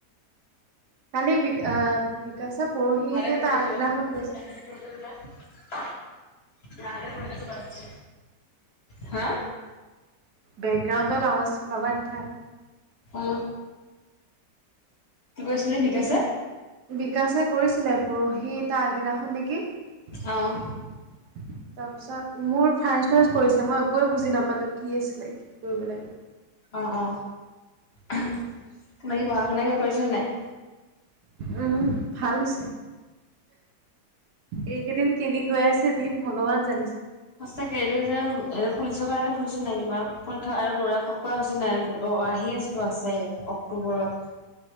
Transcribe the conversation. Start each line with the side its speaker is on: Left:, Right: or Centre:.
Right: কালি বিক, আহ, বিকাশে পৰহিনে,
Left: ভালে ফোন
Right: তাৰ
Left: কৰিছ
Right: আগদিনাখন
Left: বে।
Right: কৈছে।
Left: <inaudible> হা?
Right: বেকগ্ৰাউণ্ডত আবাজটো লগাই নথাক।
Left: অ, কি কৈছিলে, বিকাশে?
Right: বিক বিকাশে কৰিছিলে, পৰহি তাৰ আগদিনাখন নেকি? তাৰপিছত
Left: অ',
Right: মোৰ, ফাৰ্ষ্ট-ফাইজ কৰিছে, মই একোৱেই বুজি নাপালোঁ, কি আছিলে কি কৰিব লাগে।
Left: অ, অ, বাকী পঢ়া-শুনা কিবা কৰিছা নে নাই?
Right: উম, ভাল হৈছে এইকেইদিন কেনি গৈ আছে, দিন ভগৱান জানিছে।
Left: সচাকে এইটো যে এ পুলিচৰ কাৰণে পঢ়িছো নাই কিবা পৰীক্ষা আৰু দৌৰা কৰা হৈছে নাই অ আহি আছ টো আছে অক্টোবৰত।